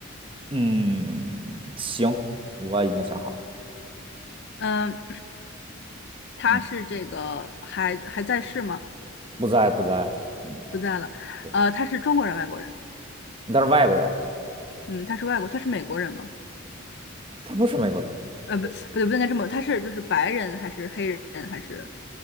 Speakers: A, on the right (about 25°); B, on the left (about 55°).
A: 嗯，行，我已经想好了。
B: 嗯，他是这个还还在世吗？
A: 嗯，不在不在了。嗯，
B: 不在了。
A: 对，
B: 呃，他是中国人，外国人？
A: 他是外国人，
B: 嗯，他是外国，他是美国人吗？
A: 他不是美国人。
B: 呃，
A: 对，
B: 不，不对，不应该这么，他是就是白人还是黑人还是